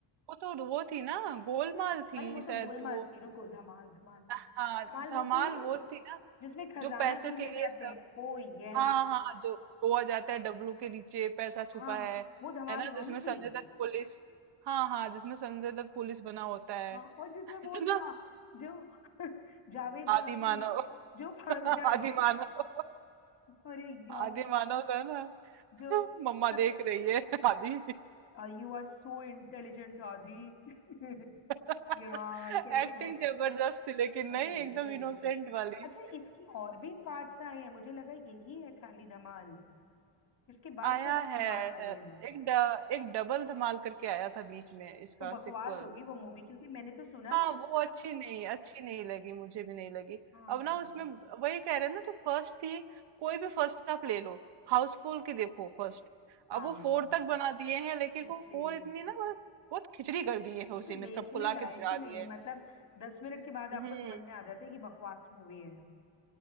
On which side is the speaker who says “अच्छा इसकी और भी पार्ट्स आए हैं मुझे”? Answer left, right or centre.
Left